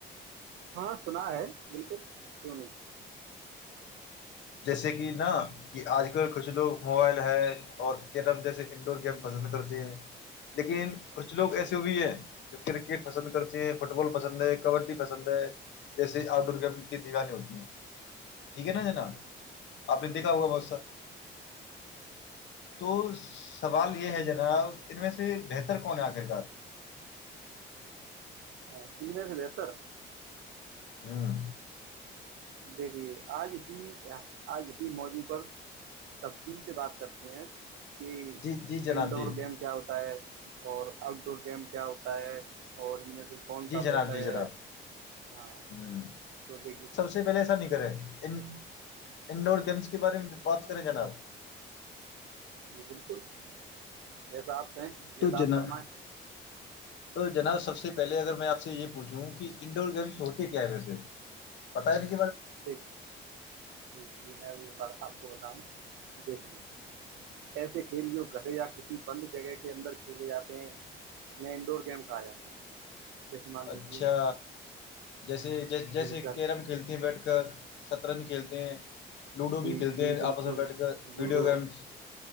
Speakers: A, on the right (about 80°); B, on the left (about 65°).
A: ہاں سنا ہے بالکل کیوں نہیں
B: جیسے کہ نا کہ آج کل کچھ لوگ موبائل ہے اور کیرم جیسے انڈور گیم پسند کرتے ہیں لیکن کچھ لوگ
A: جی
B: ایسے وہ بھی ہیں جو کرکٹ پسند کرتے ہیں فٹ بال پسند ہے کبڈی پسند ہے جیسے آؤٹ ڈور گیم کی دیوانی ہوتی ہیں ٹھیک ہے نا جناا
A: ہوں
B: آپ نے
A: جی
B: دیکھا
A: جی
B: ہوگا بہت سا تو سوال یہ ہے جنا ان میں سے بہتر کون ہے آخرکار
A: اے، ان میںس بی سر
B: ہاں
A: دیکھیے آج اسی آج اسی موضوع پر تفصیل سے بات کرتے ہیں کہ
B: جی جی جناب
A: انڈور
B: جی
A: گیم کیا ہوتا ہے اور آؤٹ ڈور گیم کیا ہوتا ہے اور ان میں فون
B: جی
A: س
B: جناب
A: رہر
B: جی جناب
A: ہاں
B: ہ
A: تو د
B: پہلے ایسا نہیں کرے ان ان انڈ گمس کے بارے میں بات کریں جناب <unintelligible>
A: جی بالکل جیسا آپ کہیں جیسا
B: تو
A: آپ
B: جناب
A: فرمائیں <unintelligible>
B: تو جناب سب سے پہلے اگر میں آپ سے یہ پوچھوں کہ انڈور گیمس ہوتے کیا ہے میں سے پتا ہے نہیں
A: دیک جی جی میں ای ب آ <unintelligible> کو بتاؤں دیکھے ایسے کھیل جو گھر یا کسی بند جگہ کے اندر کھیلے جاتے ہیں انہیں انڈور گیم کہا جاتا ہے <unintelligible> لیجیے
B: اچھا جیسے
A: ہاں
B: ج جیسے
A: جی گھر
B: کیرم کھیلتی ہیں بیٹھ کر <unintelligible> ست رن کھیلتے ہیں <unintelligible>
A: جی
B: بھی کھیلتے
A: جی
B: ہیں
A: بالکل
B: آپس میں بیٹھ کر
A: لوڈو
B: ویڈیو گیمس